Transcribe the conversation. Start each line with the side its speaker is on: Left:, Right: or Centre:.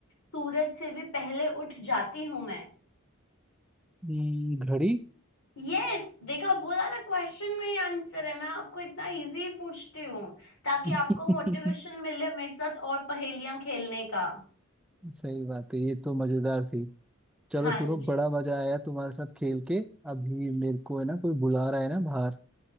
Left: सूरज से भी पहले उठ जाती हूं मैं
Centre: हम्म, घड़ी
Left: यस देखा बोला ना क्वेश्चन में ही आंसर है मैं आपको इतना इजी पूछती हूँ ताकि
Centre: <laughs>
Left: आपको मोटिवेशन मिले मेरे साथ और पहेलियां खेलने का
Centre: सही बात है ये तो मजेदार थी चलो
Left: हाँ
Centre: सुनो
Left: जी
Centre: बड़ा मजा आया तुम्हारे साथ खेल के अभी मेरे को है ना कोई बुला रहा है ना बाहर